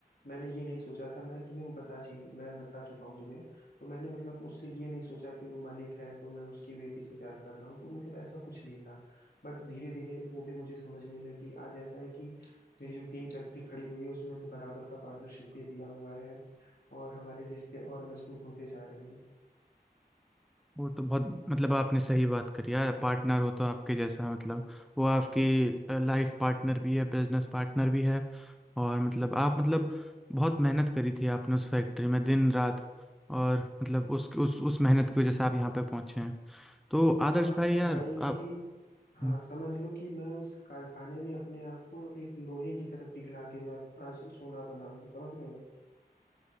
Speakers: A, on the left; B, in the centre.
A: मैंने ये नहीं सोचा था मैं तुम्हें वो बता ची मैं बता चुका हूँ तुम्हें तो मैंने मतलब उससे ये नहीं सोचा कि वो मालिक है तो मैं उसकी बेटी से प्यार कर रहा हूँ तो मतलब ऐसा कुछ नहीं था बट धीरे धीरे वो भी मुझे समझने लगी आज ऐसा है कि मेरी जो तीन फैक्ट्री खड़ी हुई है उसमें मैंने बराबर का पार्टनरशिप भी दिया हुआ है और हमारे रिश्ते और मजबूत होते जा रहे
B: वो तो बहुत मतलब आपने सही बात करी यार पार्टनर हो तो आपके जैसा मतलब वो आपकी
A: हैं
B: लाइफ पार्टनर भी है बिजनेस पार्टनर भी है और मतलब आप मतलब बहुत मेहनत करी थी आपने उस फैक्ट्री में दिन रात और मतलब उस उस उस मेहनत की वजह से आप यहाँ पे पहुंचे हैं तो आदर्श
A: समझ
B: भाई
A: लो
B: यार
A: भाई
B: आप
A: कि हाँ
B: हम्म।
A: समझ लो कि मैं उस कारखाने में अपने आप को एक लोहे की तरह पिघला के मैं अब आज सोना बना हूँ समझ रहे हो